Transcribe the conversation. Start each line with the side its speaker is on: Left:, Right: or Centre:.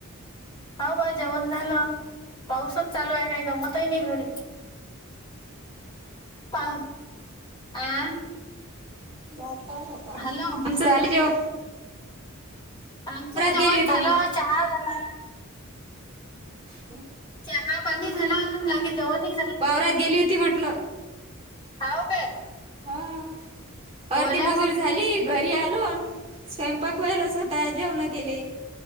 Left: हाव बा जेवण झालं. पाऊसच चालू हाय, काय गमतही नाही घरी. <unintelligible> आं
Right: बापा बापा.
Left: हॅलो
Right: झाली जेव
Left: आमचंही जेवण
Right: गेली होती
Left: झालं
Right: आम्ही
Left: चहा झाला.
Right: हो
Left: चहा पाणी झाला लगे जेवणनही.
Right: वावरात गेली होती म्हटलं.
Left: हाव काय
Right: हा अर्धी
Left: ओल्याहून
Right: मजुरी झाली. घरी आलो स्वयंपाक व्हयलच होत जेवणं केले.